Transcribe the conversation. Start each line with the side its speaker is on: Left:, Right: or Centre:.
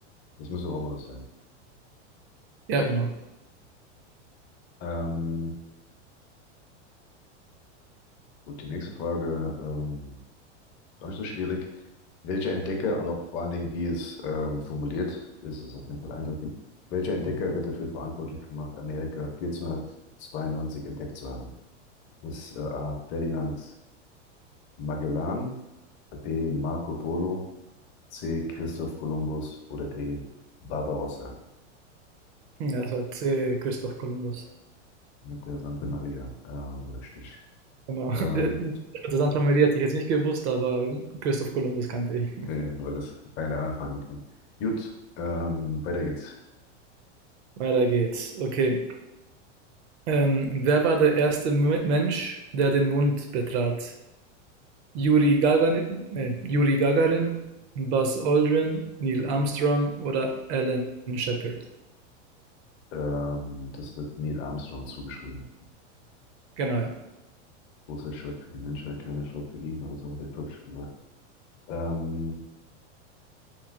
Left: Das müsste Romulus sein.
Right: Ja, genau.
Left: Ähm, gut, die nächste Frage, ähm, gar nicht so schwierig. Welcher Entdecker und auch vor allen Dingen, wie es ähm, formuliert ist, ist auf jeden Fall eindeutig. Welcher Entdecker wird dafür verantwortlich gemacht, Amerika 1492 entdeckt zu haben? ist äh, A. Ferdinand Magellan, B. Marco Polo, C. Christoph Kolumbus oder D. Barbarossa
Right: Hm, Ja, das war C. Christoph Kolumbus.
Left: mit der Santa Maria. Ähm, richtig.
Right: Genau. <laughs>
Left: Ähm,
Right: Also Santa Maria hätte ich jetzt nicht gewusst, aber Christoph Kolumbus kannte ich. <laughs>
Left: nee, weil es keine anderen Fragen macht. Gut, ähm, weiter geht's.
Right: Weiter geht's. Okay. Ähm, wer war der erste Mu- Mensch, der den Mond betrat? Juri Gagarin, äh, Juri Gagarin, Buzz Aldrin, Neil Armstrong oder Alan Shepard.
Left: Ähm, das wird Neil Armstrong zugeschrieben.
Right: Genau, ja.
Left: Großer Schritt für die Menschheit, kleiner Schritt für ihn, oder so hat er, glaube ich, gesagt. Ähm,